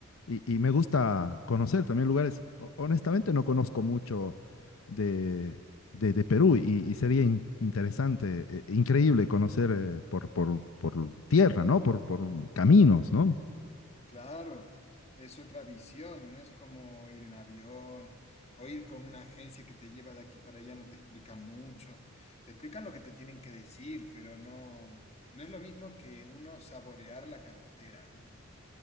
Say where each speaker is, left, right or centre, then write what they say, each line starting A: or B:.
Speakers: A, on the left; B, on the left.
A: y, y me gusta conocer también lugares. Ho- Honestamente, no conozco mucho de, de- de Perú y, y sería in- interesante, eh, increíble conocer eh, por, por, por tierra, ¿no? Por, por caminos, ¿no?
B: Claro, es otra visión, no es como ir en avión o ir con una agencia que te lleva de aquí para allá, no te explica mucho, te explican lo que te tienen que decir, pero no, no es lo mismo que uno saborear la carretera, ¿no?